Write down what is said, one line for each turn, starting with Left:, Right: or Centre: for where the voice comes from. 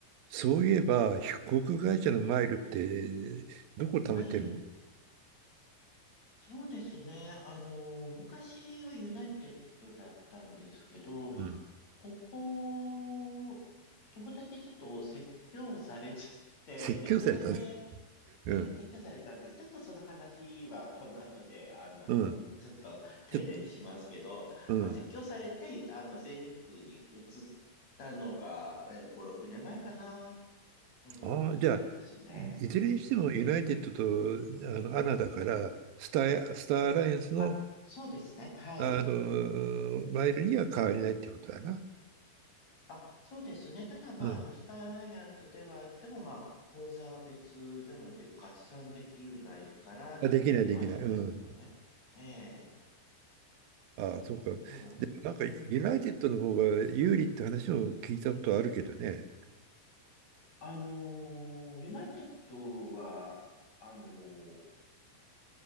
Right: そういえば、飛行会社のマイルって、どこ貯めてるの
Left: はい。そうですね。あの、昔はユナイテッドだったんですけど、
Right: うん。
Left: ここ、友達にちょっと説教されちゃって、
Right: 説教されたね。
Left: で、それで、
Right: うん。
Left: えー説教されたんです。ちょっとその話はこの後で、あの、
Right: うん。
Left: ちょっと丁寧にしますけど、
Right: ちょっと、うん。
Left: まあ、説教されて、あの、全日空に移ったのが、えー5、6年前かな。うん、5、
Right: ああ、
Left: 6年前ですね。
Right: じゃあ、いいずれにしてもユナイテッドと
Left: うん。
Right: あのアナだから、スター、スターアライアンスの、
Left: あ、そうですね。はい。
Right: あの、マイルには変わりないってことだな。
Left: あ、そうですね。ただ、まあ、
Right: うん。
Left: あの、スターアライアンスではあっても、まあ、口座は別なので合算できないからっていうのはありますけどね。
Right: あ、できない、できない。うん。
Left: ええ、
Right: ああ、そうか。
Left: そうなんですよ。
Right: なんか、
Left: うん。
Right: ユナイテッドの方が有利って話も聞いたことあるけどね。
Left: あのーユナイテッドは、あの